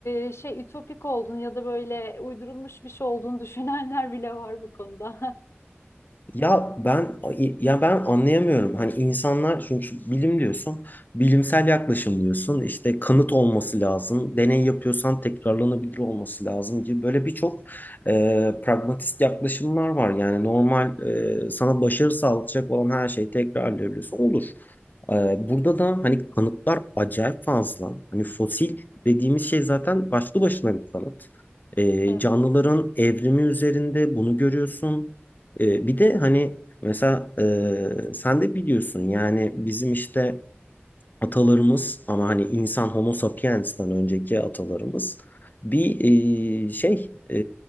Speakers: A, on the left (about 85°); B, on the left (about 45°).
A: e, şey ütopik olduğunu ya da böyle uydurulmuş bir şey olduğunu <laughs> düşünenler bile var bu konuda.
B: Ya ben ya ben anlayamıyorum. Hani insanlar çünkü bilim diyorsun, bilimsel yaklaşım diyorsun. işte kanıt olması lazım. Deney yapıyorsan tekrarlanabilir olması lazım gibi böyle birçok e, pragmatist yaklaşımlar var. Yani normal e, sana başarı sağlayacak olan her şeyi tekrarlayabiliyorsun. Olur. E, burada da hani kanıtlar acayip fazla. Hani fosil dediğimiz şey zaten başlı başına bir kanıt.
A: <laughs>
B: E,
A: Evet.
B: canlıların evrimi üzerinde bunu görüyorsun. E, bir de hani mesela e, sen de biliyorsun yani bizim işte atalarımız ama hani insan Homo sapiens'ten önceki atalarımız bir e, şey e,